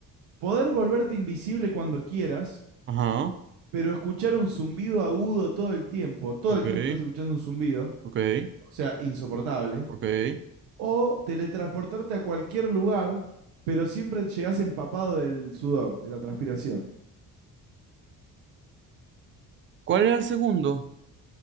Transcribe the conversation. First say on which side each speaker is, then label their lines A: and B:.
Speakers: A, on the right; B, on the right.
A: Poder volverte invisible cuando quieras,
B: Ajá,
A: pero escuchar un zumbido agudo todo el tiempo. Todo
B: ok,
A: el tiempo estás escuchando un zumbido.
B: ok,
A: o sea, insoportable,
B: ok.
A: o teletransportarte a cualquier lugar, pero siempre llegás empapado del sudor, de la transpiración.
B: ¿Cuál era el segundo?